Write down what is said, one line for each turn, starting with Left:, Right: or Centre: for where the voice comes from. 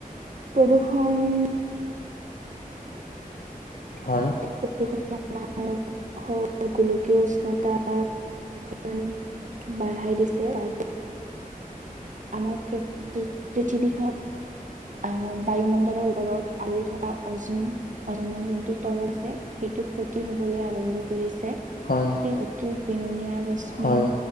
Right: প্ৰদূৰ্ষণ
Left: হয়।
Right: প্ৰদূষণী আমাৰ গোলকীয় উষ্ণতাৰ উম, বঢ়াই দিছে তাৰ ফলত আমাৰ কৈ পৃ পৃথিৱী হক আহ বায়ুমণ্ডলৰ ওপৰত আৱৰি থকা অচ উম অজনৰ যোনটো তৰকছে সেইটো ক্ষতি হবলৈ আৰম্ভ কৰিছে,
Left: হয়
Right: সেই অতি বেঙনীয়া ৰশ্মি
Left: হয়